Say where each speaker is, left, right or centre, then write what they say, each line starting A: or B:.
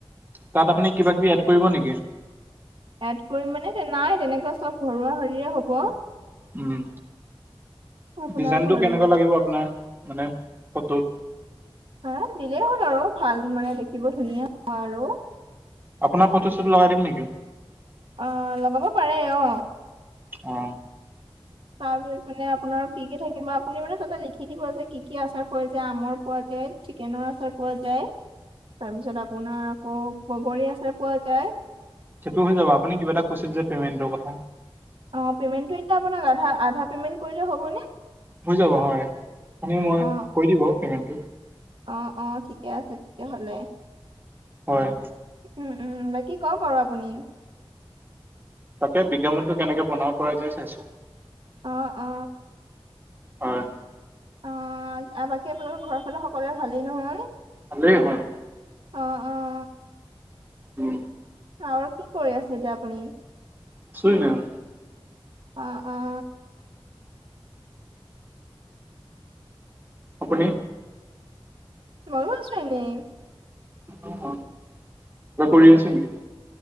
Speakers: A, on the right; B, on the right.
A: তাত আপুনি কিবা কিবি এড কৰিব নেকি?
B: এড কৰিম মানে নাই তেনেকুৱা চব ঘৰুৱা হৰিৰে হ'ব।
A: উম
B: আপোনাৰ
A: ডিজাইনতটো
B: সৰিয়হ
A: কেনেকুৱা লাগিব আপোনাৰ মানে ফটোত
B: হ দিলেই হ'ল আৰু ভাল মানে দেখিব ধুনীয়া হোৱা আৰু
A: আপোনাৰ ফটো চুটো লগাই দিম নেকি?
B: অ লগাব পাৰে অ।
A: অ
B: তাৰপিছত মানে আপোনাৰ কি কি থাকিব আপুনি মানে তাতে লিখি দিব যে কি কি আচাৰ পোৱা যায়, আমৰ পোৱা যায়। চিকেনৰ আচাৰ পোৱা যায়। তাৰ পিছত আপোনাৰ আকৌ বগৰী আচাৰ পোৱা যায়।
A: সেইটো হৈ যাব আপুনি কিবা এটা কৈছিল যে পেমেণ্টৰ কথা।
B: অ পেমেণ্টটো এতিয়া আপোনাক আধাৰ পেমেণ্ট কৰিলে হ'বনে?
A: হৈ যাব হয় আপুনি মই
B: অ',
A: কৈ দিব পে'মেণ্টটো।
B: অ অ ঠিকে আছে তেতিয়া হ'লে।
A: হয়
B: উম উম বাকী কক বাৰু আপুনি।
A: তাকে বিজ্ঞাপনটো কেনেকে বনাব পৰা যায় চাইছো।
B: অ অ
A: হয়।
B: অ বাকী আপোনালোকৰ ঘৰৰ ফালে সকলোৱে ভালেই নহয়।
A: ভালেই হয়।
B: অ অ।
A: উম
B: আৰু কি কৰি আছে এতিয়া আপুনি?
A: <inaudible>
B: অ অ।
A: আপুনি?
B: মইয়ো আছো এনেই।
A: অ কিবা কৰি আছা নেকি?